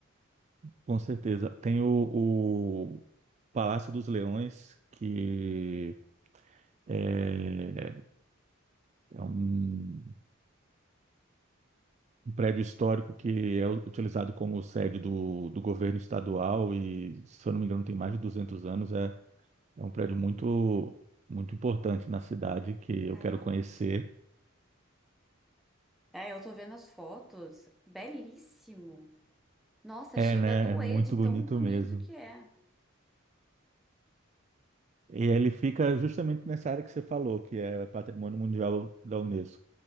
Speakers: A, on the right; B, in the centre.
A: com certeza. Tem o o Palácio dos Leões, que é É um, um prédio histórico que é utilizado como sede do, do governo estadual e, se eu não me engano, tem mais de 200 anos. É, é um prédio muito, muito importante na cidade que
B: Caramba.
A: eu quero conhecer.
B: É, eu tô vendo as fotos. Belíssimo. Nossa,
A: É,
B: chega
A: né?
B: a doer
A: É muito
B: de tão
A: bonito
B: bonito
A: mesmo.
B: que é.
A: E ele fica justamente nessa área que você falou, que é Patrimônio Mundial da Unesco.